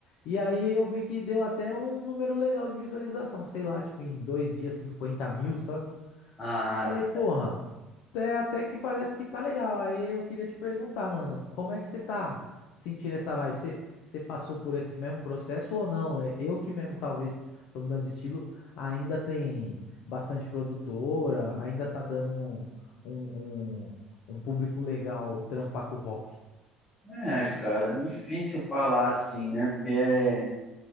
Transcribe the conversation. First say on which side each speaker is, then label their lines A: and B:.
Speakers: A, on the left; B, on the left.
A: E aí eu vi que deu até um número legal de visualização, sei lá, tipo, em dois dias 50 mil, sabe?
B: ah,
A: Falei, porra, até, até que parece que tá legal. Aí eu queria te perguntar, mano, como é que você tá sentindo essa vibe? Você, você passou por esse mesmo processo ou não? É, Eu que mesmo talvez tô mudando de estilo, ainda tem bastante produtora, ainda tá dando um, um, um, um público legal trampar com o rock.
B: é, cara, difícil falar assim, né? Porque é